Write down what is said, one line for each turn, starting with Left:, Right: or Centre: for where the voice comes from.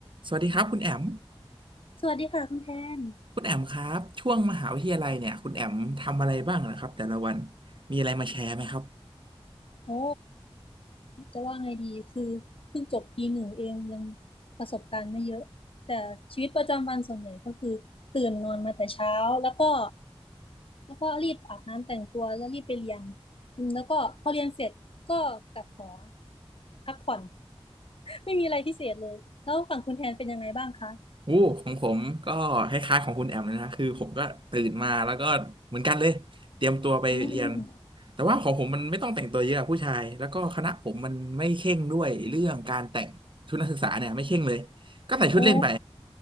Right: สวัสดีครับคุณแอม
Left: สวัสดีค่ะคุณแทน
Right: คุณแอมครับช่วงมหาวิทยาลัยเนี่ยคุณแอมทำอะไรบ้างนะครับแต่ละวันมีอะไรมาแชร์ไหมครับ
Left: โอ้จะว่าไงดีคือเพิ่งจบปีหนึ่งเองยังประสบการณ์ไม่เยอะแต่ชีวิตประจำวันส่วนใหญ่ก็คือตื่นนอนมาแต่เช้าแล้วก็แล้วก็รีบอาบน้ำแต่งตัวแล้วรีบไปเรียนอืมแล้วก็พอเรียนเสร็จก็กลับหอพักผ่อน <laughs> ไม่มีอะไรพิเศษเลยแล้วฝั่งคุณแทนเป็นยังไงบ้างคะ
Right: โอ้ของผมก็คล้ายๆของคุณแอมเลยนะคือผมก็ตื่นมาแล้วก็เหมือนกันเลยเตรียมตัวไปเรียน
Left: อืมอืม
Right: แต่ว่าของผมมันไม่ต้องแต่งตัวเยอะผู้ชายแล้วก็คณะผมมันไม่เคร่งด้วยเรื่องการแต่งชุดนักศึกษาเนี่ยไม่เคร่งเลยก็ใส่ชุดเล่นไป
Left: โอ้